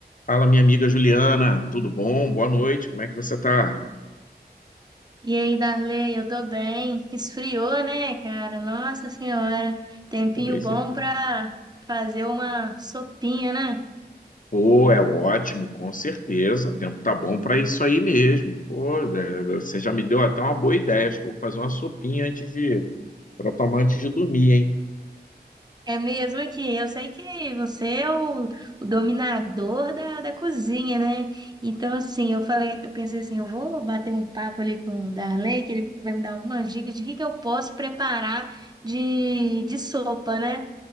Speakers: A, on the left; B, on the right.
A: Fala, minha amiga Juliana, tudo bom? Boa noite, como é que você tá?
B: E aí, Darley, eu tô bem. Esfriou, né, cara? Nossa Senhora, tempinho
A: Pois
B: bom
A: é.
B: pra fazer uma sopinha, né?
A: Pô, é ótimo, com certeza. O tempo tá bom para isso aí mesmo. Pô, é, você já me deu até uma boa ideia. Acho que eu vou fazer uma sopinha antes de para tomar antes de dormir, hein?
B: É mesmo aqui. Eu sei que você é o, o dominador da, da cozinha, né? Então, assim, eu falei, eu pensei assim, eu vou bater um papo ali com o Darley, que ele vai me dar algumas dicas de que que eu posso preparar de, de sopa, né?